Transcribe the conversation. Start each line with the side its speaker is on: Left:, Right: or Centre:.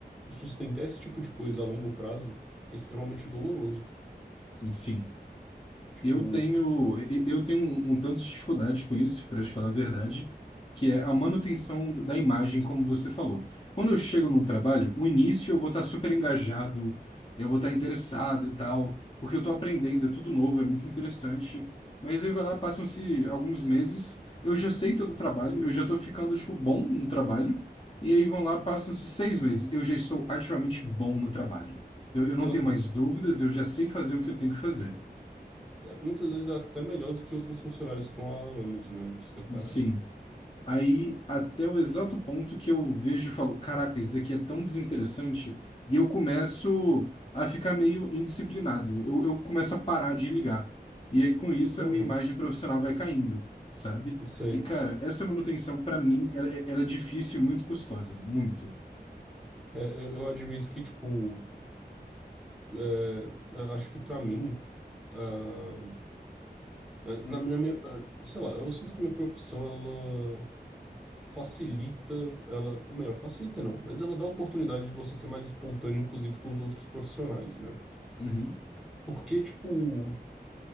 Centre: sustentar esse tipo de coisa a longo prazo é extremamente doloroso, cara.
Left: sim.
Centre: Tipo,
Left: Eu tenho, e- eu tenho um, um tanto de dificuldade com isso, para te falar a verdade, que é a manutenção da imagem, como você falou. Quando eu chego no trabalho, o início eu vou estar super engajado, eu vou estar interessado e tal, porque eu estou aprendendo, é tudo novo, é muito interessante. Mas aí vai lá, passam-se alguns meses, eu já sei todo o trabalho, eu já estou ficando, tipo, bom no trabalho, e aí vão lá, passam-se seis meses, eu já estou ativamente bom no trabalho. Eu, eu não
Centre: aham.
Left: tenho mais dúvidas, eu já sei fazer o que eu tenho que fazer.
Centre: É, muitas vezes é até melhor do que outros funcionários que estão há anos, né? Isso que é parado.
Left: Sim. Aí, até o exato ponto que eu vejo e falo, caraca, isso aqui é tão desinteressante, e eu começo a ficar meio indisciplinado. Eu, eu começo a parar de ligar. E aí, com isso,
Centre: Aham,
Left: a minha imagem profissional vai caindo, sabe?
Centre: isso aí.
Left: E, cara, essa manutenção, pra mim, ela, é ela é difícil e muito custosa. Muito.
Centre: É, eu, eu admito que, tipo, é, a- acho que pra mim, ah, é, na, na minha, ah, sei lá, eu sinto que a minha profissão, ela facilita, ela, ou melhor, facilita não, mas ela dá a oportunidade de você ser mais espontâneo, inclusive com os outros profissionais, né?
Left: Uhum.
Centre: Porque, tipo,